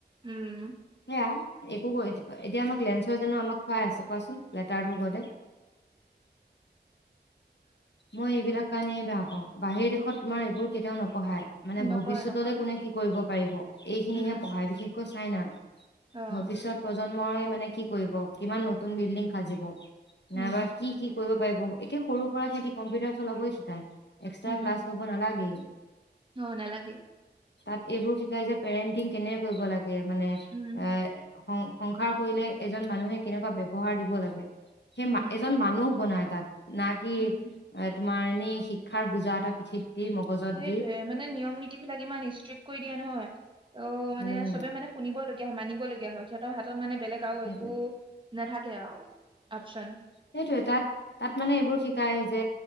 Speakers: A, on the right; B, on the left.
A: উম
B: সেয়া একো এতিয়া আমাক লেন্সৰ জানো আমাক খুৱাই আছে। কোৱাচোন লেতাৰটো গদে মই এইবিলাক কাৰণে বেয়া পাওঁ, বাহিৰ দেশত তোমাৰ এইবোৰ কেতিয়াও নপঢ়ায়। মানে
A: নকয়
B: ভৱিষ্যতলৈ
A: নকয়
B: কোনে কি কৰিব? পাৰিব। এইখিনিহে
A: উম
B: পঢ়াই দেখি ক'ত ছাইনাত?
A: অ
B: ভৱিষ্যত প্ৰজন্মৰ প্ৰজন্মই মানে কি কৰিব কিমান নতুন বিল্ডিং সাজিব?
A: উম
B: নাই বা কি কি কৰিব? এতিয়া সৰু পৰা খেতি কম্পিউটাৰ চলাবই শিকায়, এক্সট্ৰা
A: উম
B: ক্লাছ ল'ব নালাগে।
A: অ নালাগে
B: তাত এইবোৰ শিকাই যে, পেৰেণ্টিং কেনে কৰিব লাগে। যে মানে এ
A: উম
B: সং সংসাৰ কৰিলে এজন মানুহে কেনেকুৱা ব্যৱহাৰ দিব লাগে। সেই
A: উম
B: এজন মানুহ বনাই <inaudible> না কি
A: উম
B: তোমাৰ এনেই শিক্ষাৰ বুজা এটা পিঠিত দি মগজত
A: সেইটোয়ে,
B: দি
A: মানে নিয়ম নীতি বিলাক ইমান ষ্ট্ৰিক্ট কৰি দিয়া নহয় অ মানে
B: উম
A: চবে মানে শুনি হয় মানিবলগীয়া হয়, সিহঁতৰ হাতত মানে বেলেগ আৰু
B: সেইটোয়ে
A: একো নেথাকে আৰু অপচন,
B: সেইটোয়ে তাত, তাত মানে এইবোৰ শিকাই যে,